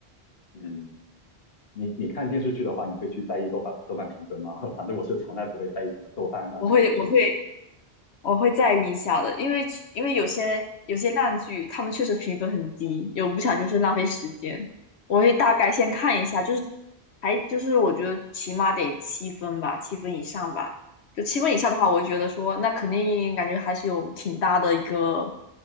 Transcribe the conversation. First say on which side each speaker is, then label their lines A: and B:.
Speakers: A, on the left; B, on the left.
A: 嗯，你你看电视剧的话，你会去在意豆瓣豆瓣评分吗？<laughs> 反正我是从来不会在意什么豆瓣、烂番茄这种东西。
B: 我会我会我会在意一下的，因为其因为有些有些烂剧，他们确实评分很低，有不想就是浪费时间，我会大概先看一下，就是还就是我觉得起码得七分吧，七分以上吧，就七分以下的话，我觉得说那肯定感觉还是有挺大的一个